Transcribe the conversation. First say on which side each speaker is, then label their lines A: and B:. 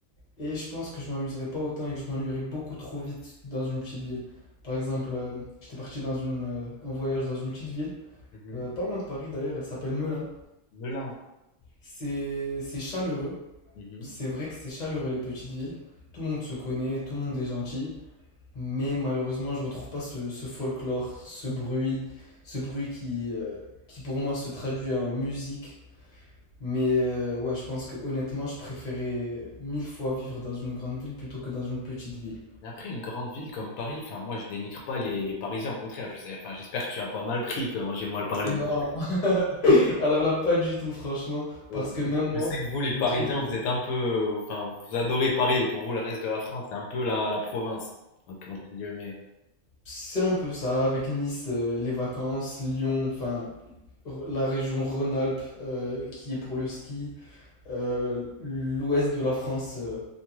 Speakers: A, on the left; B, on the left.
A: Et je pense que je m'amuserai pas autant et que je m'ennuierais beaucoup trop vite dans une petite ville. Par exemple, euh, j'étais parti dans une, euh, en voyage dans une petite ville,
B: Mhm.
A: euh, pas loin de Paris d'ailleurs, elle s'appelle Melun.
B: Melun.
A: C'est, c'est chaleureux.
B: Mhm.
A: C'est vrai que c'est chaleureux les petites villes. Tout le monde se connaît, tout le monde est gentil. Mais malheureusement, je retrouve pas ce, ce folklore, ce bruit, ce bruit qui, euh, qui pour moi se traduit en musique. Mais euh, ouais, je pense que honnêtement, je préférais mille fois vivre dans une grande ville plutôt que dans une petite ville.
B: Mais après, une grande ville comme Paris, enfin, moi, je dénigre pas les, les Parisiens. Au contraire, je sais, enfin, j'espère que tu as pas mal pris quand j'ai mal parlé
A: Non,
B: de.
A: <laughs> alors là, pas du tout, franchement,
B: Ok.
A: parce que même
B: Parce que
A: moi,
B: Je sais que vous, les
A: je
B: Parisiens,
A: trouve que
B: vous êtes un peu, euh, enfin, vous adorez Paris. Et pour vous, le reste de la France, c'est un peu la, la province. Donc, entre guillemets.
A: c'est un peu ça avec Nice, euh, les vacances, Lyon, enfin r- la région Rhône-Alpes euh, qui est pour le ski, euh, l'ouest de la France euh,